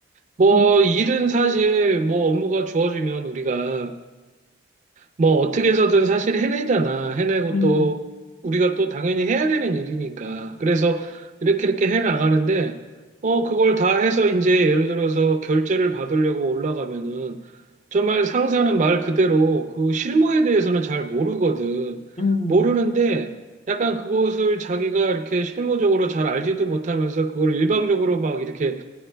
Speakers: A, on the right; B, on the left.
A: 뭐,
B: 음.
A: 일은 사실 뭐 업무가 주어지면 우리가 뭐 어떻게 해서든 사실 해내잖아. 해내고
B: 음,
A: 또 우리가 또 당연히 해야 되는 일이니까. 그래서 이렇게 이렇게 해 나가는데 어 그걸 다 해서 이제 예를 들어서 결제를 받으려고 올라가면은 정말 상사는 말 그대로 그 실무에 대해서는 잘 모르거든.
B: 음,
A: 모르는데 약간 그것을 자기가 이렇게 실무적으로 잘 알지도 못하면서 그걸 일방적으로 막 이렇게